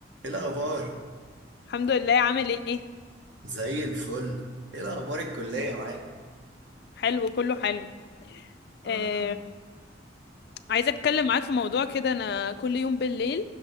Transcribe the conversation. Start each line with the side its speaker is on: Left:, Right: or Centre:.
Right: ايه الاخبار
Left: الحمد لله عامل ايه
Right: زي الفل ايه الاخبار الكليه معاك
Left: حلو كله حلو
Right: آه،
Left: آه، عايزه اتكلم معاك في موضوع كده انا كل يوم بالليل